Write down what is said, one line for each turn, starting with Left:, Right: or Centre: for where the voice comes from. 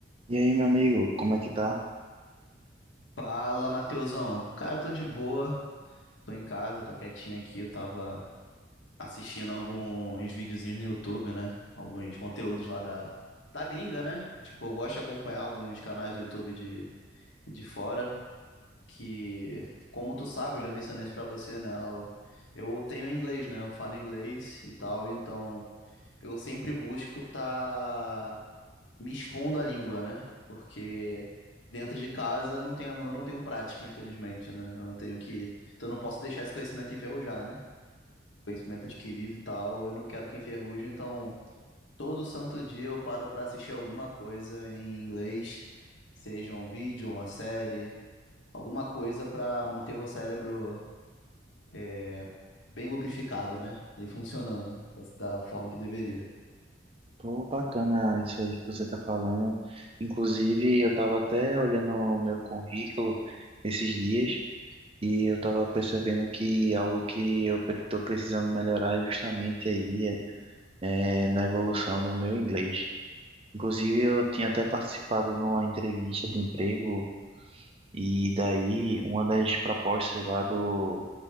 Right: E aí, meu amigo, como é que tá?
Left: Fala, Matheusão. Cara, tô de boa. Tô em casa, tô quietinho aqui. Eu tava assistindo alguns videozinhos no YouTube, né? Alguns conteúdos lá da, da gringa, né? Tipo, eu gosto de acompanhar alguns canais do YouTube de, de fora que, como tu sabe, eu já mencionei isso pra você, né? Eu, eu tenho inglês, né? Eu falo inglês e tal, então eu sempre busco tá me expondo à língua, né? Porque dentro de casa não tenho, eu não tenho prática, infelizmente, né? Eu tenho que, então eu não posso deixar esse conhecimento enferrujar, né? Conhecimento adquirido e tal, eu não quero que enferruje, então todo santo dia eu paro pra assistir alguma coisa em inglês, seja um vídeo, uma série alguma coisa para manter meu cérebro é, bem lubrificado, né? E funcionando da, da forma que deveria.
Right: Tô bacana isso aí que você tá falando. Inclusive, eu tava até olhando o meu currículo esses dias e eu tava percebendo que algo que eu pre- tô precisando melhorar é justamente aí é, é na evolução do meu inglês. Inclusive, eu tinha até participado numa entrevista de emprego e daí uma das propostas lá do,